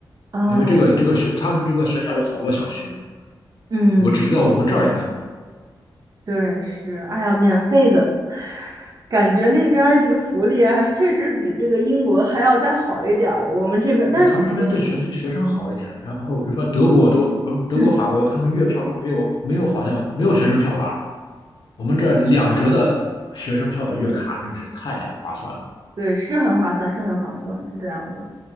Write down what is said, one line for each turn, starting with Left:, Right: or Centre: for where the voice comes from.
Right: 啊，
Left: 因为这个这个学他们这个学校有好多小区，
Right: 嗯，
Left: 我只知道我们这儿应该没有。
Right: 对，是，哎呀，免费的，感觉那边儿这个福利还确实比这个英国还要再好一点儿。我们这边儿，但是我们
Left: 对他们这边对学学生好一点，然后比如说德国都，德国、
Right: 嗯，
Left: 法国他们月票都没有，没有好像没有学生票吧？我们这两折的学生票的月卡真是太划算了。
Right: 对，是很划算，是很划算，是这样的。